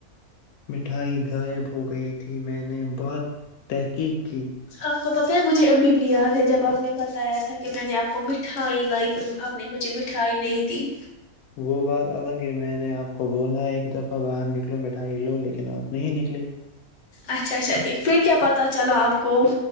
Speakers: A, on the left; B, on the left.
A: مٹھائی غائب ہو گئی تھی میں نے بہت تحقیق کی
B: آپ کو بتایا مجھے ابھی بھی یاد ہے جب آپ نے بتایا تھا کہ میں نے آپ کو مٹھائی لائی پھر آپ نے مجھے مٹھائی نہیں دی
A: وہ بات الگ ہے میں نے آپ کو بولا ایک دفعہ باہر نکلو مٹھائی لو لیکن آپ نہیں نکلے
B: اچھ اچھا ٹھیک پھر کیا پتہ چلا آپ کو